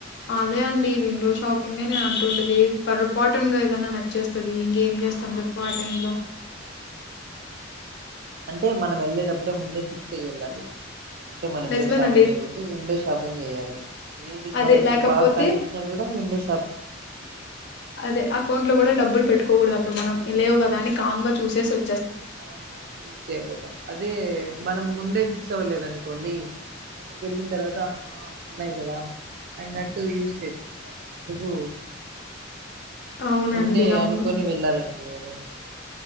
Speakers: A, on the left; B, on the right.
A: అదే అండి విండో షాపింగ్నే నేను అంటుండేది. పొరపాటునుగా ఏదన్నా నచ్చేస్తది. ఇంగెం చేస్తాను. చెప్పు ఆ టైమ్ లో
B: ఆ అంటే మనం వెళ్ళేటప్పుడే ముందే పి చెయ్ వెళ్ళాలి. అంటే మనం
A: నిజమేనండి
B: ఈరోజు షాపింగ్ చేయకూడదు విండో షాపింగ్ చేయాలి. ఏది
A: అదే
B: మనకి
A: లేకపోతే
B: బాగా కనిపించిన కూడా విండో షా
A: అదే అకౌంట్ లో కూడా డబ్బులు పెట్టుకోకూడదు. అప్ ఇప్పుడు మనం ఇ లేవు. కదా అని కామ్ గా చూసేసి వ
B: కామ్ గా ఉండి. ఊరికే అయిపోతాం. అదే మనం ముందే ఫిక్స్ అవ్వలేదనుకోండి. అక్కడికి వెళ్ళిన తర్వాత ఆ ఉన్నాయి. కదా అన్నట్టు యూస్ చేసేస్తాం అందుకు
A: అవునండి
B: ముందే
A: అవును
B: అనుకొని వెళ్లాలని ఏదైనా